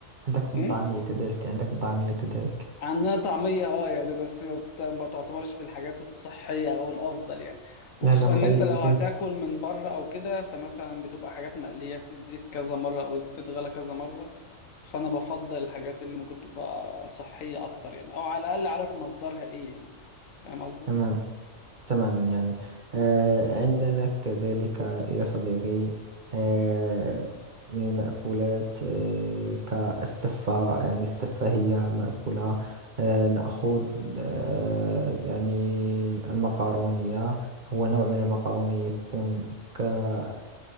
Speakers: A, on the right; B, on the left.
A: عندكم
B: مم.
A: طعمية كذلك عندكم طعمية كذلك
B: عنها طعمية اه يعني بس ما بت- ما تعتبرش بالحاجات الصحية او الافضل يعني وخصوصا
A: لأنها
B: ان
A: بقية
B: انت
A: بالفيس
B: لو هتاكل من بره او كده فمثلا بتبقى حاجات مقلية في الزيت كذا مرة او الزيت اتغلى كذا مرة فانا بفضل الحاجات اللي ممكن تبقى صحية اكتر يعني او على الاقل عارف مصدرها ايه يعني فاهم قصدي
A: تمام تماما يعني آه، عندنا كذلك يا صديقي آه، من المأكولات آه، كالسفة يعني السفة هي مأكولة آه، نأخذ آه، يعني المقارونية هو نوع من المقارونية يكون ك آه،